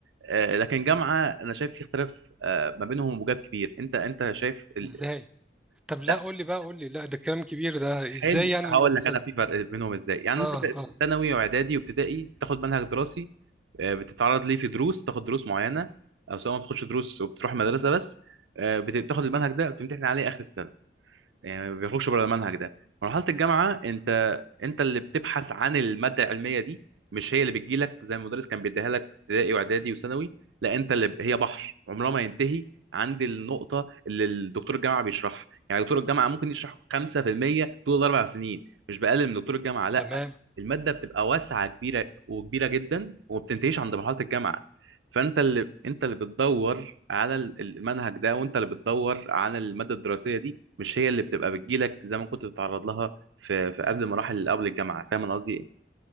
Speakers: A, on the right; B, in the centre.
A: آه، لكن جامعه انا شايف في اختلاف آه، ما بينهم وجاب كبير انت انت شايف ال...
B: إزاي؟ طب لا
A: لا
B: قول لي بقى قول لي لا ده كلام كبير ده
A: حلو
B: إزاي يعني
A: هقول
B: الم- الثانوي؟
A: لك انا في فرق بينهم ازاي يعني
B: آه
A: انت في
B: آه
A: ثانوي واعدادي وابتدائي بتاخد منهج دراسي آه، بتتعرض ليه في دروس تاخد دروس معينه او سواء ما بتاخدش دروس وبتروح مدرسه بس آه، بتاخد المنهج ده وتمتحن عليه اخر السنه يعني ما بيخرجش بره المنهج ده مرحله الجامعه انت انت اللي بتبحث عن الماده العلميه دي مش هي اللي بتجيلك زي المدرس كان بيديها لك في ابتدائي واعدادي وثانوي لا انت اللي ب- هي بحر عمرها ما ينتهي عند النقطه اللي الدكتور الجامعه بيشرحها يعني دكتور الجامعه ممكن يشرح 5% طول الاربع سنين مش بقلل من دكتور الجامعه لا
B: تمام
A: الماده بتبقى واسعه كبيره وكبيره جدا وما بتنتهيش عند مرحله الجامعه فانت اللي انت اللي بتدور على ال- المنهج ده وانت اللي بتدور على الماده الدراسيه دي مش هي اللي بتبقى بتجيلك زي ما كنت بتتعرض لها في في قبل مراحل اللي قبل الجامعه فاهم انا قصدي ايه؟